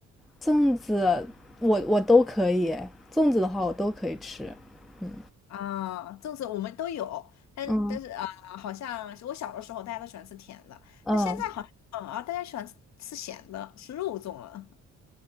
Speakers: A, in the centre; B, on the left.
A: 粽子，我我都可以诶粽子的话我都可以吃。嗯，
B: 啊，粽子我们都有，但但是啊、
A: 嗯，
B: 好像是我小的时候大家都喜欢吃甜的，
A: 嗯。
B: 但现在好像啊，大家喜欢吃吃咸的，吃肉粽了。<laughs>